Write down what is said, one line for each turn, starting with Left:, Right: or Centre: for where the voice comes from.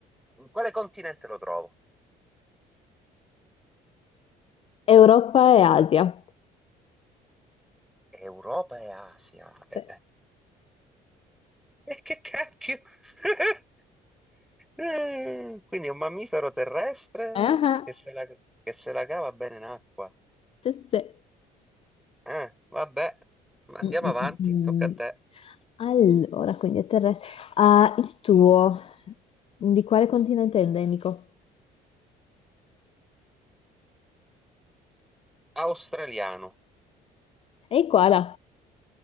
Centre: in quale continente lo trovo?
Left: Europa e Asia.
Centre: Europa e Asia. E
Left: Sì.
Centre: che cacchio? <laughs> Mm, Quindi è un mammifero terrestre
Left: Ah,
Centre: che se la, che se la cava bene in acqua.
Left: sì, sì.
Centre: Eh, vabbè, ma andiamo
Left: Mm, mm,
Centre: avanti,
Left: mm.
Centre: tocca
Left: mm.
Centre: a te.
Left: Allora, quindi è terrestre. Ah, il tuo. Di quale continente è endemico?
Centre: Australiano.
Left: Ehi, koala.